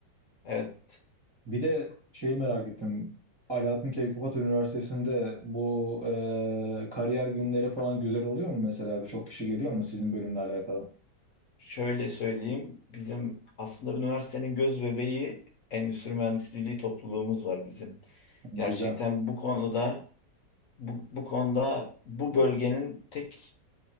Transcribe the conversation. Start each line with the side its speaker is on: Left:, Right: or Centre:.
Left: Evet.
Right: Bir de şeyi merak ettim. Alaaddin Keykubat Üniversitesi'nde bu e, kariyer günleri falan güzel oluyor mu mesela? Çok kişi geliyor mu sizin bölümle alakalı?
Left: Şöyle söyleyeyim, bizim aslında üniversitenin göz bebeği endüstri mühendisliği topluluğumuz var bizim.
Right: Güzel.
Left: Gerçekten bu konuda bu, bu konuda bu bölgenin tek